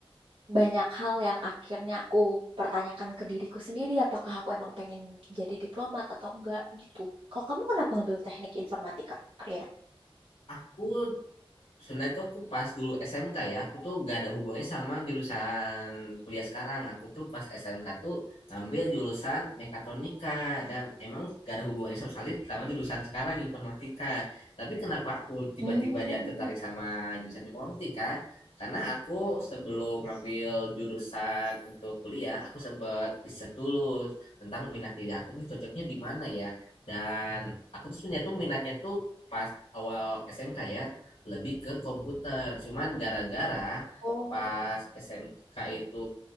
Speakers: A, on the right (about 65°); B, on the left (about 85°).
A: banyak hal yang akhirnya aku pertanyakan ke diriku sendiri, apakah aku emang pengen jadi diplomat atau enggak gitu. Kalau kamu kenapa ngambil teknik informatika, Arya?
B: Aku Sebenarnya tuh aku pas dulu SMK ya, aku tuh gak ada hubungannya sama jurusan kuliah sekarang. Aku tuh pas SMK tuh ngambil jurusan mekatronika dan emang gak ada hubungannya sama sekali sama jurusan sekarang informatika. Tapi kenapa aku tiba-tiba
A: Hmm.
B: jadi tertarik sama jurusan informatika? Karena aku sebelum ngambil jurusan untuk kuliah, aku sempat riset dulu tentang minat diri aku nih cocoknya di mana ya. Dan aku tuh sebenarnya tuh minatnya tuh pas awal SMK ya lebih ke komputer. Cuman gara-gara
A: Oh.
B: pas SMK itu